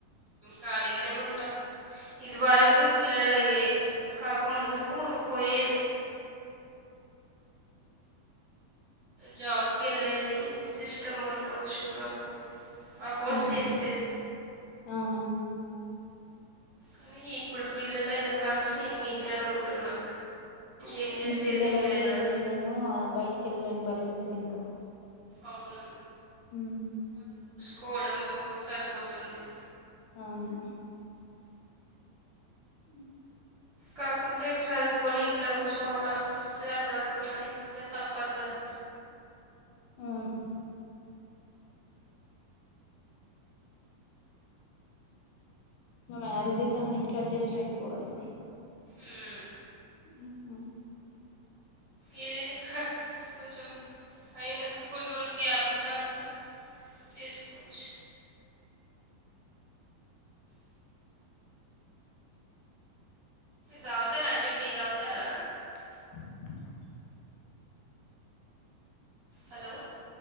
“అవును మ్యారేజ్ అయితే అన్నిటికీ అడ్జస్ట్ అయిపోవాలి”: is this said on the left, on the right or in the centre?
Left